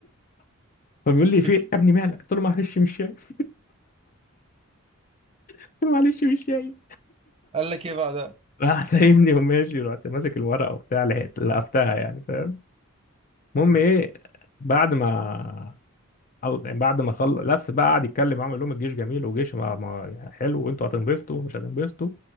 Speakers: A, on the left; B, on the right.
A: فبيقول لي
B: <laughs>
A: في ايه يا ابني مالك قلت له معلش مش شايف قلت له معلش مش شايف
B: قال لك ايه بعدها
A: راح <laughs> سايبني وماشي رحت ماسك الورقه وبتاع لحقت لقفتها يعني فاهم المهم ايه بعد ما أو يعني بعد ما خلص لف بقى قعد يتكلم معاهم يقول لهم الجيش جميل وجيش ما ما يعني حلو وانتوا هتنبسطوا ومش هتنبسطوا